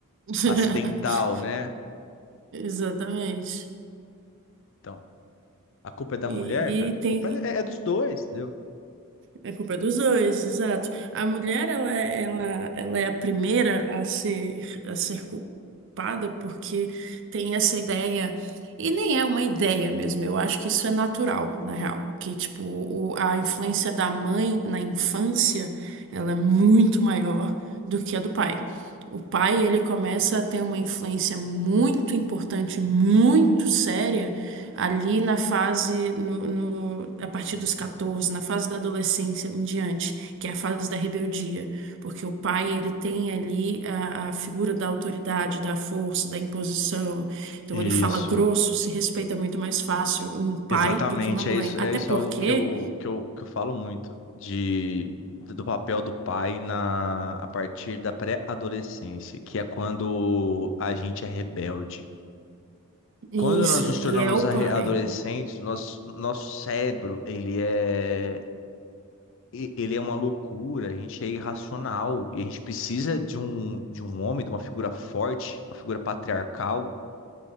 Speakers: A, on the right; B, on the left.
A: <laughs>
B: acidental, né?
A: Exatamente.
B: Então, a culpa é da mulher,
A: E, e
B: cara. A
A: tem.
B: culpa é, é dos dois, entendeu?
A: É culpa dos dois, exato. A mulher, ela, é- ela, ela é a primeira a ser, a ser culpada porque tem essa ideia, e nem é uma ideia mesmo, eu acho que isso é natural, na real, que, tipo, o- a influência da mãe na infância, ela é muito maior do que a do pai. O pai, ele começa a ter uma influência muito importante, muito séria, ali na fase, no, no- a partir dos 14 na fase da adolescência em diante, que é a fase da rebeldia, porque o pai, ele tem ali a, a figura da autoridade, da força, da imposição, então
B: Isso.
A: ele fala grosso, se respeita muito mais fácil um pai
B: Exatamente,
A: do que uma mãe,
B: é isso,
A: até
B: é isso
A: porque,
B: algo que eu, que eu, que eu falo muito de, do papel do pai na, a partir da pré-adolescência, que é quando a gente é rebelde.
A: isso,
B: Quando nós nos
A: e
B: tornamos
A: é o pai,
B: arre- adolescentes, nosso, nosso cérebro, ele é, e- ele é uma loucura, a gente é irracional e a gente precisa de um, de um homem, de uma figura forte, uma figura patriarcal,